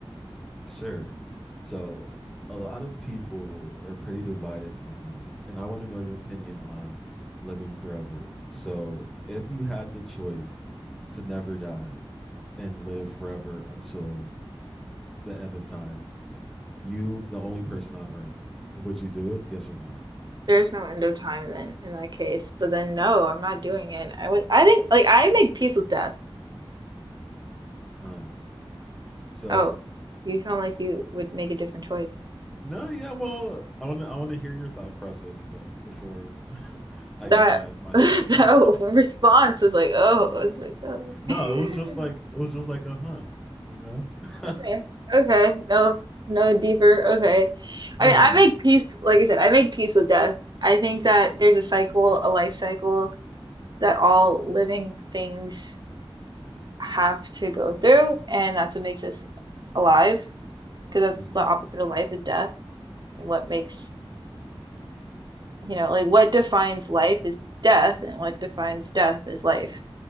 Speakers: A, in the centre; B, on the right (about 50°).
A: Sure. So, a lot of people are pretty divided on this, and I want to know your opinion on living forever. So, if you had the choice to never die and live forever until the end of time, you, the only person on earth, would you do it? Yes or no?
B: There's no end of time then in that case. But then no, I'm not doing it. I would I think like I make peace with death.
A: Huh. So,
B: Oh, you sound like you would make a different choice.
A: no, yeah, well, I want to I want to hear your thought process though before <laughs> I
B: That
A: give my my
B: <laughs> that
A: side. <laughs>
B: response is like, oh, it's like, oh.
A: No,
B: <laughs>
A: it was just like it was just like a huh, you know. <laughs>
B: Okay. Okay. No, no deeper. Okay.
A: no,
B: I mean,
A: no,
B: I
A: no.
B: make peace, like I said, I make peace with death. I think that there's a cycle, a life cycle that all living things have to go through, and that's what makes us alive, because
A: hmm
B: that's the opposite of life is death. And what makes, you know, like what defines life is death, and what defines death is life.